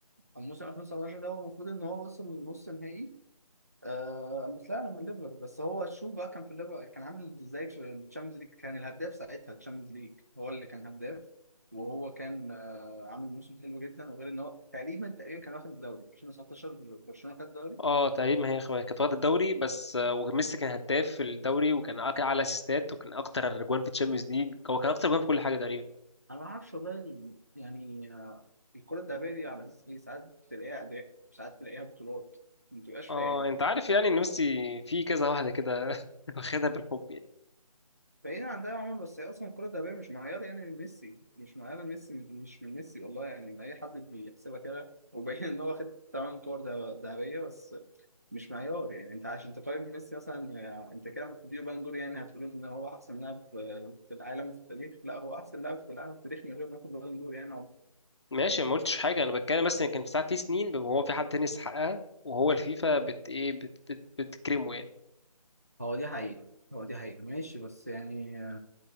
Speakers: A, on the right; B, on the left.
A: الموسم 2019 ده هو المفروض إن هو وصل لنص نهائي آه مش لا انا من الليفر بس هو شو بقى كان في الليفر كان عامل ازاي في الشامبيونز ليج كان الهداف ساعتها الشامبيونز ليج هو اللي كان هداف وهو كان آه عامل موسم حلو جدا وغير ان هو تقريبا تقريبا كان واخد الدوري 2019 برشلونة خد الدوري
B: اه تقريبا هي اخويا كانت واخده الدوري بس آه، وميسي كان هداف في الدوري وكان أك- اعلى اسيستات وكان اكتر جوان في الشامبيونز ليج هو كان اكتر جوان في كل حاجه تقريبا
A: انا ما اعرفش والله ال- يعني آه الكرة الذهبية دي على اساس ايه ساعات تلاقيها اداء ساعات تلاقيها بطولات ما تبقاش
B: اه
A: فاهم
B: انت
A: يعني
B: عارف يعني ان ميسي في كذا واحده كده <laughs> واخدها بالحب يعني
A: بعيد عن ده يا عمر بس هي اصلا الكره الذهبيه مش معيار يعني ميسي مش معيار ميسي مش من ميسي والله يعني من اي حد بيحسبها كده وبين ان هو واخد 8 كور ده- ذهبيه بس مش معيار يعني انت عشان تقيم ميسي مثلا آه، انت كده لما تديله بالون دور يعني هتقول ان هو احسن لاعب في في العالم وفي التاريخ لا هو احسن لاعب في العالم في التاريخ من غير ما ياخد بالون دور يعني
B: ماشي ما قلتش حاجه انا بتكلم بس ان كان ساعات في سنين وهو في حد تاني يستحقها وهو الفيفا بت ايه بت بت بتكرمه يعني
A: هو دي حقيقة هو دي حقيقة ماشي بس يعني